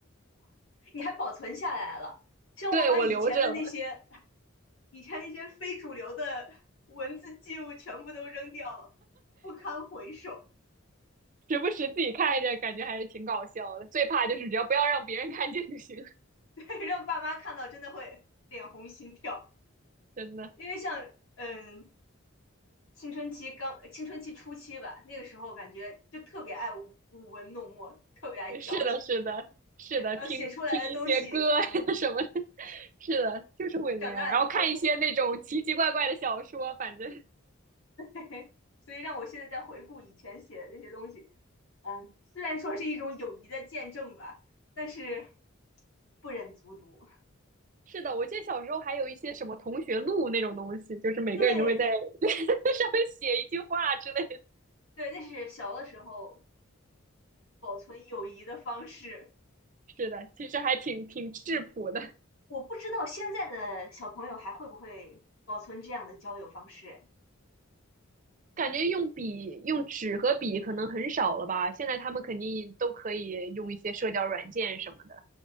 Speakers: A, on the left; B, on the right.
A: 你还保存下来了。像我把以前的那些
B: 对，我留着了，
A: 以前那些非主流的文字记录全部都扔掉了，不堪回首。
B: 时不时自己看一下，感觉还是挺搞笑的。最怕就是只要不要让别人看见就行，
A: <laughs> 让爸妈看到真的会脸红心跳，
B: <laughs> 真的。
A: 因为像嗯青春期刚青春期初期吧，那个时候感觉就特别爱舞舞文弄墨，特别爱矫情，
B: 是的，是的，是的，
A: 然后写出来的东西，
B: 听听一些歌啊呀
A: 嗯，
B: <laughs> 什么的，是的，就是会那样。
A: 长大了之后不敢，
B: 然后看一些那种奇奇怪怪的小说，反正
A: <laughs> 所以让我现在在回顾以前写的那些东西，嗯，虽然说是一种友谊的见证吧，但是不忍卒读。<laughs>
B: 是的。我记得小时候还有一些什么同学录那种东西，就是每个人都会在
A: 对
B: <laughs> 上面写一句话之类的。
A: 对，那是小的时候保存友谊的方式。
B: 是的，其实还挺挺质朴的，
A: 我不知道现在的小朋友还会不会保存这样的交友方式。哎
B: 感觉用笔、用纸和笔可能很少了吧。现在他们肯定都可以用一些社交软件什么的，